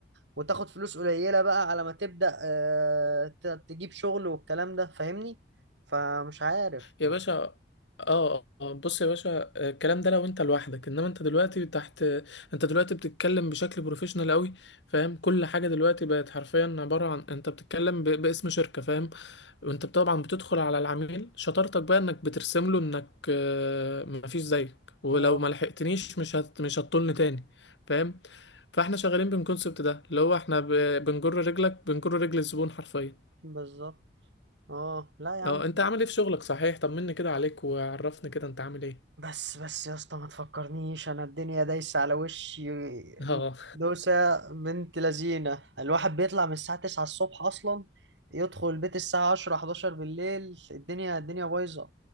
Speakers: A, on the right (about 80°); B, on the left (about 80°).
A: وتاخد فلوس قليله بقى على ما تبدا آه، ت- تجيب شغل والكلام ده فاهمني فمش عارف
B: يا
A: ما-
B: باشا اه آه، بص يا باشا آه، الكلام ده لو انت لوحدك انما انت دلوقتي تحت انت دلوقتي بتتكلم بشكل بروفيشنال قوي فاهم كل حاجه دلوقتي بقت حرفيا عباره عن انت بتتكلم ب... باسم شركه فاهم وانت طبعا بتدخل على العميل شطارتك بقى انك بترسم له انك آه، مفيش زيك ولو
A: اه
B: ما لحقتنيش مش هت... مش هتطلني تاني فاهم فاحنا شغالين بالكونسبت ده اللي هو احنا ب... بنجر رجلك بنجر رجل الزبون حرفيا
A: بالظبط اه لا يا عم
B: اه انت عامل ايه في شغلك صحيح طمني كده عليك وعرفني كده انت عامل ايه
A: بس بس يا اسطى ما تفكرنيش انا الدنيا دايسه على وشي
B: اه
A: دوسه بنت لذينه الواحد بيطلع من الساعه 9 الصبح اصلا يدخل البيت الساعه 10 11 بالليل الدنيا الدنيا بايظه